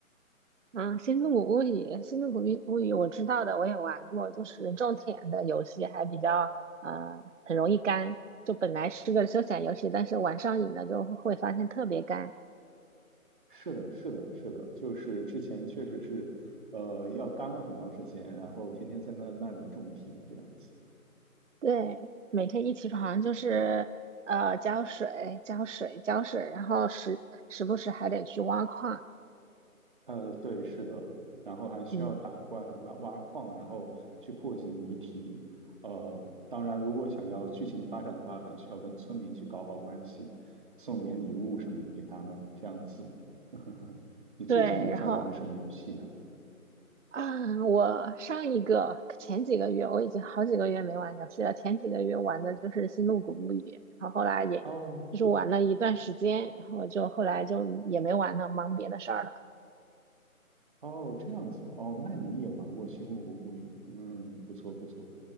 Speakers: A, on the right; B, on the right.
A: 嗯，《星露谷物语》《星露谷物语》我知道的，我也玩过，就是种田的游戏，还比较呃很容易干。就本来是个休闲游戏，但是玩上瘾了就会发现特别干。
B: 是的，是的，是的，就是之前确实是，呃，要干了很长时间，然后天天在那那里种田这样子。
A: 对，每天一起床就是呃浇水、浇水、浇水，然后时时不时还得去挖矿。
B: 呃，对，是的，然后还需要打怪、
A: 嗯，
B: 挖挖矿，然后去破解谜题。呃，当然，如果想要剧情发展的话，还需要跟村民去搞好关系，送点礼物什么的给他们，这样子。<laughs> 你最近有在玩什么游戏啊？
A: 对，然后啊，我上一个前几个月，我已经好几个月没玩游戏了。前几个月玩的就是《星露谷物语》，然后后来也就是玩了一段时间，
B: 哦，
A: 然后我就后来就也没玩了，忙别的事儿了。
B: 哦，这样子哦，那你也玩过《星露谷物语》？嗯，不错不错。